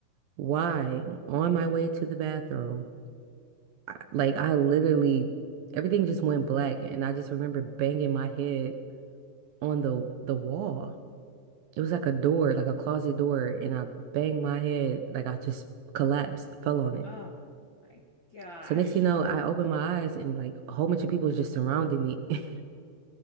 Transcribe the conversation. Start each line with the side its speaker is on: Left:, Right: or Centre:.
Right: Why? On my way to the bathroom. I- Like I literally everything just went black and I just remember banging my head on the the wall. It was like a door, like a closet door, and I banged my head like I just collapsed, fell on it.
Left: Oh my gosh.
Right: So next thing you know, I opened my eyes and like a whole bunch of people was just surrounding me. <laughs>